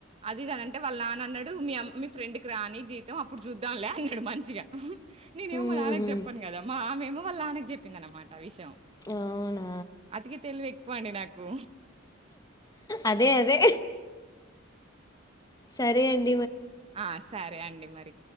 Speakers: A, on the right (about 30°); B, on the left (about 20°).
A: అది కాదంటే వాళ్ళ నాన్న అన్నాడు, మీ అమ్ మీ ఫ్రెండ్ కి రాని జీతం అప్పుడు చూద్దాంలే అన్నాడు మంచిగా నీనేమో
B: ఊహూ
A: మా నాన్నకి చెప్పాను కదా మా మామ ఏమో వాళ్ళ నాన్నకి చెపింది అనమాట విషయం యం
B: అవునా
A: అతికిత్ ఎక్కువండి నాకు
B: అదే అదే సరే అండ్
A: ఆ సరే అండి మరి